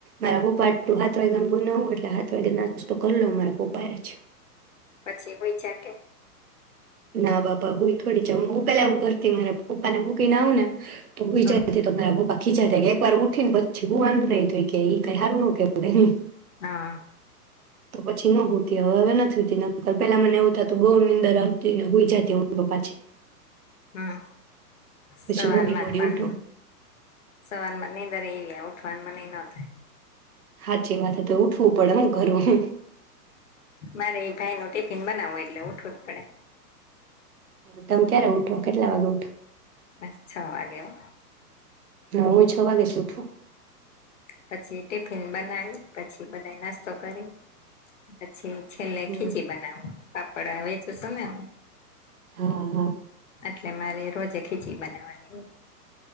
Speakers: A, on the right; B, on the left.
A: મારા બુપાટું હાથ વેગે બનાવું એટલે હાથ વાગે ના તો કરલો મારા પપ્પાને જ
B: પછી ભઈ ચા કે
A: ના બાપા હું થોડી જ હું પેલા એવું કરતી મારા પપ્પાને મૂકીને આવું ને તો બી
B: હમ
A: જાય <unintelligible> ખીજાતા એક વાર ઉઠી ને પછી હૂવાનું નઈ તો ઈ કે ઈ. કઈ હારું ન કેવું નહિં,
B: હા
A: તો હવે નથી હુ પેલા મને એવું થતું બહુ નીંદર આવતી ને હુઈ જાતી હું પાછી
B: હમ્મ
A: પછી
B: સવારમાં
A: મોડી મોડી
B: જ પણ
A: ઉઠો
B: સવાર માં નીંદરય એવી ખાઈનર મને એ ન થાય.
A: હાચી વાત તો ઉઠવું પડે હું કરવું.
B: મારે એ ભાઈ નું ટિફિન બનાવવું એટલે ઉઠવું જ પડે.
A: તમે ક્યારે ઉઠો કેટલા વાગે ઉઠો?
B: બસ છ વાગે હો
A: હા હું છ વાગે ઊઠું.
B: પછી ટિફિન બનાવી પછી બધા નાસ્તો કરી છી છેલ્લે
A: હમ
B: ખીચી બનાવું. કપડા વચે <inaudible>
A: હા હા.
B: એટલે મારે રોજે ખીચી બનાવાની.